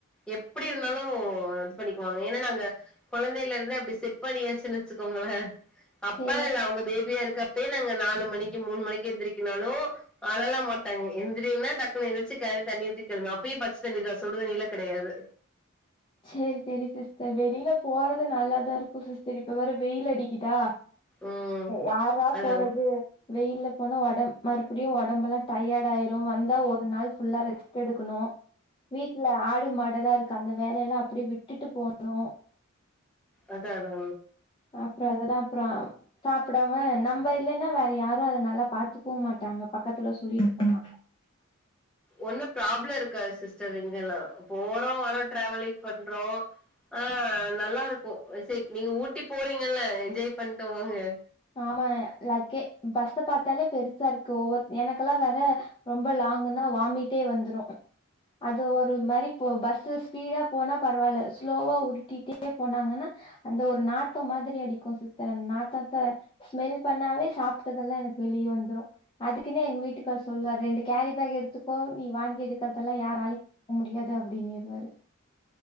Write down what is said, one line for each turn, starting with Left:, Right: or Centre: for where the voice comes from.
Centre: எப்டி இருந்தாலு இது பண்ணிக்குவாங்க ஏன்னா நாங்க கொழந்தை இருந்தே அப்டி செட் அப்ப நீயசுனு வச்சுக்கோங்களே அப்ப
Left: சே
Centre: இல்ல அவங்க பேபியா இருக்க இப்ப நாங்க நாலு மணிக்கு மூணு மணிக்கு எந்திரிக்கனாலு அழெல்லா மாட்டாங்க எந்திரின்னா டக்குன்னு எந்ரிச்சு கள தண்ணி ஊத்திட் கிளம் அப்பயே பச்ச தண்ணி தா சுடு தண்ணில கெடையாது
Left: சேரி சேரி சிஸ்டர் வெளியில போறது நல்லாதா இருக்கு சிஸ்டர் இப்ப வேற வெயில் அடிக்குதா
Centre: ம்
Left: யார்ரா
Centre: அதாங்க
Left: போறது வெயில்ல போனா ஒடம் மறுபடியு ஒடம்பெல்லா டயர்ட் ஆயிரு வந்தா ஒரு நாள் ஃபுல்லா ரெஸ்ட் எடுக்கணு வீட்ல ஆடு மாடல்லா இருக்கு அந்த வே எல்லா அப்டே விட்டுட்டு போனு
Centre: அதா அதா
Left: அப்ற அதெல்லா அப்ற சாப்டாம நம்ம இல்லன்னா வேற யாரு அத நல்லா பாத்துக்கவு மாட்டாங்க பக்கத்துல சொல்லிட்டு போனா
Centre: ஒண்ணு ப்ராப்ளோ இருக்காது சிஸ்டர் இங்கெல்லா போறோ வரோ ட்ராவலிங் பண்றோ ஆ நல்லா இருக்கு சே நீங்க ஊட்டி போறீங்கல்ல என்ஜாய் பண்ட்டு வாங்க
Left: ஆமா லக்கே பஸ்ஸ பாத்தாலே பெருசா இருக்கு ஒவ்வொ எனக்கெல்லா வேற ரொம்ப லாங்க்ன்னா வாமிட்டே வந்துரு அது ஒரு மாரி போ பஸ் ஸ்பீடா போனா பரவால்ல ஸ்லோவா உருட்டிட்டே போனாங்கன்னா அந்த ஒரு நாத்தம் மாதிரி அடிக்கு சிஸ்டர் அந்த நாத்த ஸ்மெல் பண்ணாவே சாப்ட்டதெல்லா எனக்கு வெளிய வந்துரு அதுக்குனே எங்க வீட்டுக்கார் சொல்லுவரு ரெண்டு கேரி பேக் எடுத்துக்கோ நீ வாந்தி எடுக்றதெல்லா யாரால போ முடியாது அப்டினிர்வாரு